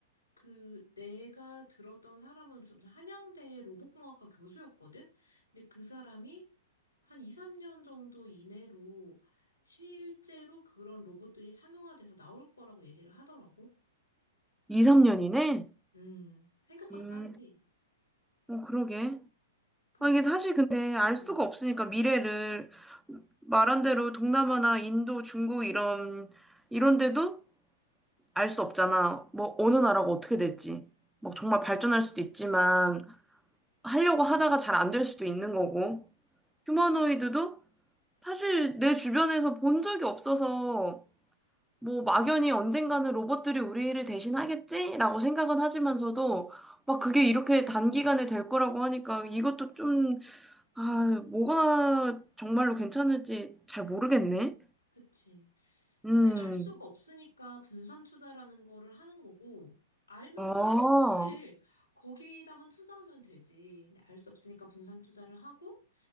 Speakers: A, on the left (about 90°); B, in the centre.
A: 그 내가 들었던 사람은 좀 한양대 로봇공학과 교수였거든? 근데 그 사람이 한 2, 3년 정도 이내로 실제로 그런 로봇들이 상용화돼서 나올 거라고 얘기를 하더라고.
B: 2, 3년이네?
A: 음, 생각보다
B: 음,
A: 빠르지?
B: 어, 그러게.
A: 그게,
B: 아, 이게 사실 근데 알
A: 어,
B: 수가 없으니까 미래를 말한 대로 동남아나 인도, 중국 이런 이런 데도 알 수 없잖아. 뭐 어느 나라가 어떻게 될지. 막 정말 발전할 수도 있지만 하려고 하다가 잘 안 될 수도 있는 거고. 휴머노이드도 사실 내 주변에서 본 적이 없어서 뭐 막연히 언젠가는 로봇들이 우리를 대신하겠지라고 생각은 하지만서도 막 그게 이렇게 단기간에 될 거라고 하니까 이것도 좀 아, 뭐가 정말로 괜찮을지 잘 모르겠네.
A: 그치.
B: 음,
A: 근데 알 수가 없으니까 분산 투자라는 거를 하는 거고, 알면은
B: 아, 어,
A: 사실 <laughs> 거기다만 투자하면 되지. 근데 알 수 없으니까 분산 투자를 하고,